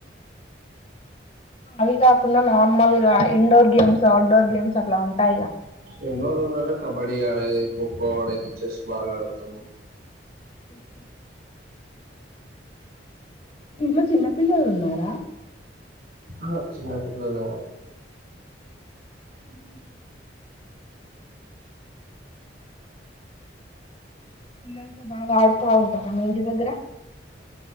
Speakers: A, on the left; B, on the right.
A: అవి గాకుండా నార్మల్ గా ఇండోర్ గేమ్స్ ఔడ్డోర్ గేమ్స్ అట్లా ఉంటాయిగా.
B: ఇండోర్ అంటే కబడ్డీ ఆడేది కొకో ఆడేది చెస్ బాగా ఆడుతం.
A: ఓకే. ఇంట్లో చిన్నపిల్లలు ఉన్నారా.
B: ఆహ్ చిన్నపిల్లలు ఎవరు లేరు.
A: ఉమ్మ్మ్ పిల్లలతో బాగా ఆడుతా ఉంటారా మీ ఇంటి దగ్గర.